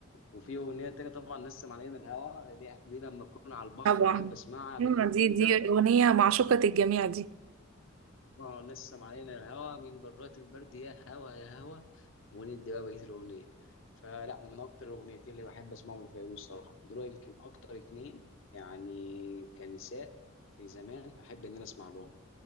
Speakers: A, on the left; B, on the right.
A: وفي اغنيه تانية طبعا نسم علينا الهوى دي, دي لما اكون على البحر
B: طبعا
A: واحب اسمعها بالليل
B: آه، دي
A: كده
B: دي اغنيه معشوقه الجميع دي
A: اه نسم علينا الهوى من برات البرد يا هوى يا هوى وندي بقى بقيه الاغنيه فلا من اكتر الاغنيتين اللي بحب اسمعهم لفيروز صراحه دول يمكن اكتر اتنين يعني كنساء في زمان احب ان انا اسمع لهم